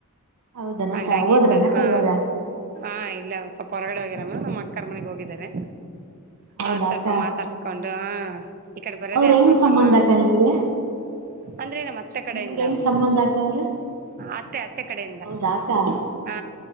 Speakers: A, on the right; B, on the right.
A: ಹೌದನಕ್ಕ
B: ಹಂಗಾಗಿ
A: ಹೋದ್ರನಕ್ಕ
B: ಸ ಹ
A: ಇವಾಗ
B: ಹಾ ಇಲ್ಲ ಸ್ವಲ್ಪ ಹೊರಗಡೆ ಹೋಗಿರಮ್ಮ ನಮ್ಮ್ ಅಕ್ಕರ ಮನೆಗ್ ಹೋಗಿದ್ದಾರೆ
A: ಹೌದಾ
B: ಅವ್ರ ಸ್ವಲ್ಪ
A: ಅಕ್ಕ
B: ಮಾತಾಡ್ಸ್ತಾರೆ ಹಕೊಂಡು ಹ ಈಕಡೆ ಬರೋದೇ
A: ಅವ್ರ ಹೆಂಗ್
B: ಅಪ್ರೂಪ
A: ಸಂಬಂಧ
B: ಅಲ್ಲ
A: ಅಕ್ಕ ನಿಮಗೆ
B: ಅಂದ್ರೆ ನಮ್ಮ ಮತ್ತೆ ಕಡೆಯಿಂದಮ್ಮಿ
A: ನಿಮ್ಗ್ ಹೆಂಗ್ ಸಂಬಂಧ ಅಕ್ಕ ಅವ್ರು
B: ಅತ್ತೆ ಅತ್ತೆ ಕಡೆಯಿಂದ
A: ಹೌದಾ ಅಕ್ಕ
B: ಹ